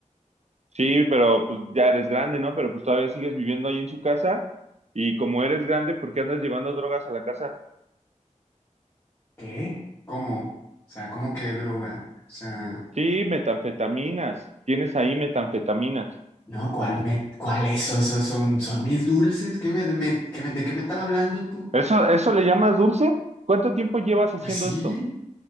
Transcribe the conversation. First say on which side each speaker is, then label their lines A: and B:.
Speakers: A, on the right; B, on the left.
A: Sí, pero pues ya eres grande, ¿no? Pero pues todavía sigues viviendo ahí en su casa y como eres grande, ¿por qué andas llevando drogas a la casa?
B: ¿Qué? ¿Cómo? O sea, ¿cómo que droga? O sea,
A: Sí, metanfetaminas. Tienes ahí metanfetaminas.
B: no, ¿cuál me, cuál eso, eso son, son mis dulces? ¿Qué me, me- qué me- ¿de qué me estás hablando tú?
A: ¿Eso, eso le llamas dulce? ¿Cuánto tiempo llevas haciendo
B: Pues sí,
A: esto?